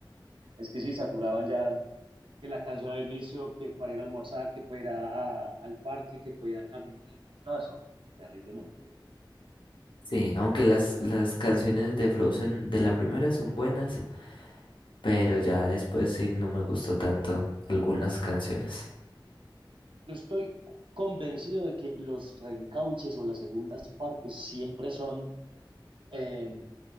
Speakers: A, on the right; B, on the left.
A: Es que sí, saturaban ya que la canción al inicio, que para ir a almorzar, que para ir a- a- al parque, que para ir a caminar. No, eso, terriblemente.
B: Sí, aunque las, las canciones de Frozen de la primera son buenas, pero ya después sí no me gustó tanto algunas canciones.
A: Yo estoy convencido de que los reencauches o las segundas partes siempre son eh,